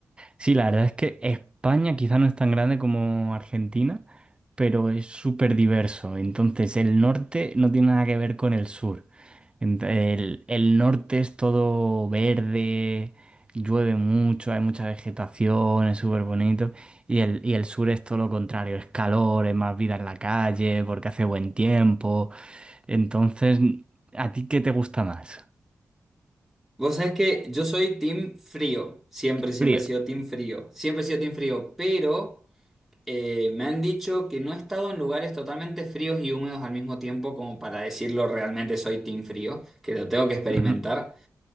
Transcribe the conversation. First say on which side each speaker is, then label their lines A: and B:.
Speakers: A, on the right; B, in the centre.
A: Sí, la verdad es que España quizá no es tan grande como Argentina, pero es súper diverso. Entonces, el norte no tiene nada que ver con el sur. Ent- El, el norte es todo verde, llueve mucho, hay mucha vegetación, es súper bonito. Y el, y el sur es todo lo contrario, es calor, es más vida en la calle, porque hace buen tiempo. Entonces, ¿a ti qué te gusta más?
B: Vos sabés que yo soy team frío, siempre, siempre
A: Frío.
B: he sido team frío, siempre he sido team frío, pero... Eh, me han dicho que no he estado en lugares totalmente fríos y húmedos al mismo tiempo como para decirlo realmente soy team frío, que lo tengo que experimentar.
A: Ujú,